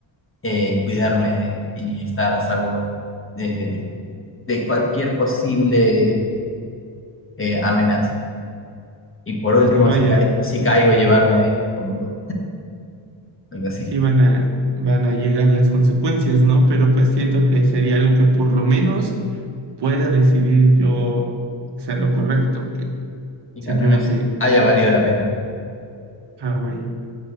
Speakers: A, on the left; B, on the right.
A: eh, cuidarme y estar a salvo de, de cualquier posible eh, amenaza. Y por último,
B: No vaya.
A: si, cae- si caigo, llevarme a ellos conmigo, algo así.
B: sí van a, van a llegar las consecuencias, ¿no? Pero pues siento que sería algo que por lo menos pueda decidir yo hacer lo correcto, que
A: Y
B: simplemente,
A: que al menos haya valido la pena.
B: ah, vaya.